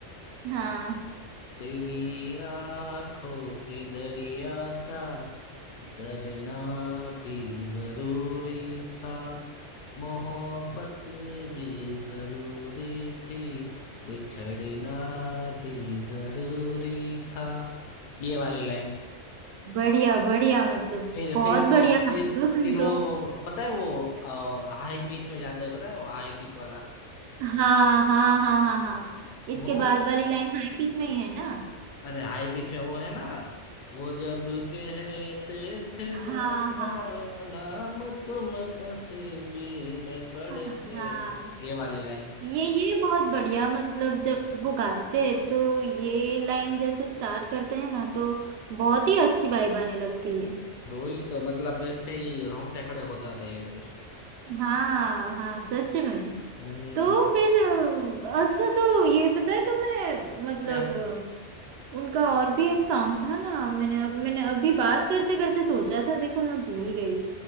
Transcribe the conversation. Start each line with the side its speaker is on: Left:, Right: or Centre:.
Right: हाँ
Left: तेरी आंखों के दरिया का तरना भी जरूरी था मोहब्बत भी जरूरी थी बिछड़ना भी जरूरी था ये वाली लाइन
Right: बढ़िया बढ़िया मतलब
Left: फिर
Right: बहुत
Left: फिर वो
Right: बढ़िया
Left: फिर
Right: गाते हो तुम
Left: फिर
Right: तो
Left: वो पता है वो हाई पिच में जाता है पता है वो हाई पिच वाला
Right: हाँ हाँ हाँ हाँ हाँ
Left: वो
Right: इसके बाद वाली लाइन हाई पिच में ही है ना
Left: अरे हाई पिच में वो है ना वो जब कहते थे
Right: हाँ
Left: मेरा
Right: हाँ
Left: नाम तुम तस्वीर में पढ़
Right: हाँ
Left: के हो। ये वाली लाइन
Right: ये ये बहुत बढ़िया मतलब जब वो गाते हैं तो ये लाइन जैसे स्टार्ट करते हैं ना तो बहुत ही अच्छी वाइब आने लगती है
Left: वही तो मतलब ऐसे ही रोंगटे खड़े हो जाते हैं फिर
Right: हाँ हाँ सच में
Left: हम्म
Right: तो फिर अ, अच्छा तो ये पता है तुम्हें मतलब
Left: क्या
Right: उनका और भी एक सॉन्ग था ना मैंने मैंने अभी बात करते करते सोचा था देखो मैं भूल गई